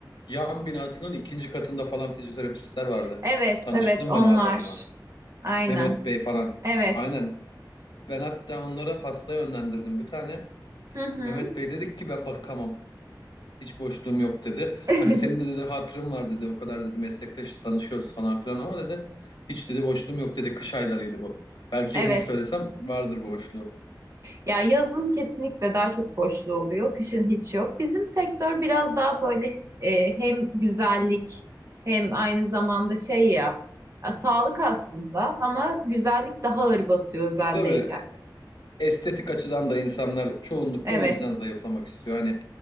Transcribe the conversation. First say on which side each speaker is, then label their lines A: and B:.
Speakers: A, on the left (about 75°); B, on the right (about 45°).
A: yan binasının ikinci katında falan fizyoterapistler vardı.
B: Evet,
A: Tanıştım
B: evet onlar.
A: ben o adamla.
B: Aynen.
A: Mehmet Bey falan.
B: Evet.
A: Aynen. Ben hatta onları hasta yönlendirdim bir tane.
B: Hı hı.
A: Mehmet Bey dedi ki ben bakamam. Hiç boşluğum yok dedi.
B: <laughs>
A: Hani senin de dedi hatırım var dedi. O kadar dedi meslektaş tanışıyoruz falan filan ama dedi hiç dedi boşluğum yok dedi. Kış aylarıydı bu. Belki
B: Evet.
A: yazın söylesem vardır boşluğu.
B: Ya yazın kesinlikle daha çok boşluğu oluyor, kışın hiç yok. Bizim sektör biraz daha böyle e, hem güzellik hem aynı zamanda şey ya, e, sağlık aslında ama güzellik daha ağır basıyor özeldeyken.
A: Tabii estetik açıdan da insanlar çoğunlukla
B: Evet,
A: o yüzden zayıflamak istiyor. Hani